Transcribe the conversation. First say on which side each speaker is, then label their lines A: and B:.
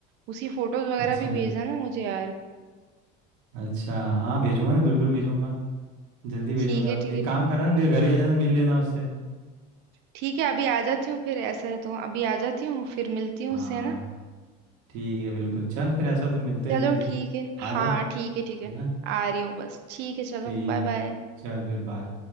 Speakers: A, on the right; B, on the right.
A: उसकी फोटोज वगैरह
B: अच्छा
A: भी भेजना ना मुझे यार
B: अच्छा हाँ भेजूंगा ना बिल्कुल भेजूंगा जल्दी भेजूंगा
A: ठीक है ठीक
B: एक
A: है
B: काम
A: ठीक है
B: करना ना मेरे घर ही आ जाना मिल लेना उससे
A: ठीक है अभी आ जाती हूँ फिर ऐसा है तो अभी आ जाती हूँ फिर मिलती हूँ
B: हाँ
A: उससे है ना
B: ठीक है बिल्कुल चल फिर ऐसा हो तो मिलते हैं
A: चलो
B: जल्दी
A: ठीक है
B: आ
A: हाँ
B: जा
A: ठीक है ठीक है
B: है ना
A: आ रही हूँ बस ठीक है चलो
B: ठीक
A: बाय बाय
B: चल फिर बाय